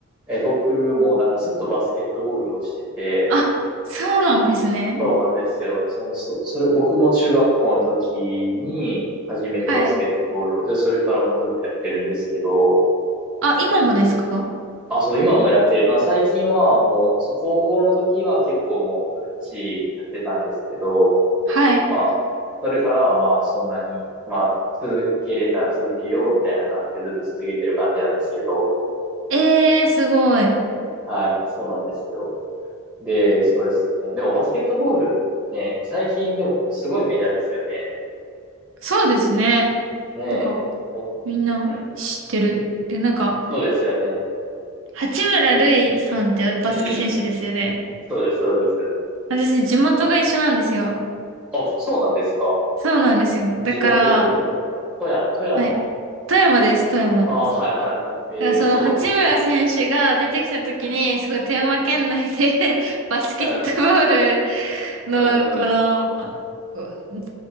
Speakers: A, in the centre; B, on the right (about 65°).
A: え、僕もなんかずっとバスケットボールをしてて、
B: あ、そうなんですね。
A: そうなんですよ。その、そ、それ、僕も中学校の時に初めてバスケットボールを。
B: はい。
A: で、それからもずっとやってるんですけど、
B: あ、今もですか
A: あ、そう、今もやってる。まあ、最近はもう、そう高校の時は結構もうがっちりやってたんですけど、
B: はい。
A: まあ、それからはまあ、そんなに、まあ、続けれたら続けようみたいな感じでずっと続けてる感じなんですけど、
B: えー、すごい。
A: はい、そうなんですよ。で、そうですね。でもバスケットボールね、最近でもすごいメジャーですよね。
B: そうですね。
A: ねえ、
B: なんか、
A: もう、
B: みんな知ってる。
A: うん。
B: で、なんか、
A: そうですよね。
B: 八村塁さんってバスケ選手ですよね。
A: うんうんうん。そうです、そうです。
B: 私、地元が一緒なんですよ。
A: あ、そうなんですか
B: そうなんですよ。だから、
A: 地元ってことは、富山、富山
B: はい。富山です、富山です。
A: ああはいはいはい。ええ、
B: だからその八村選手が出てきた時に、
A: そうなんだ。うん、
B: すごい富山県内で
A: うん、
B: <laughs> バスケットボール
A: うん、
B: のこの、
A: うん、うん、
B: う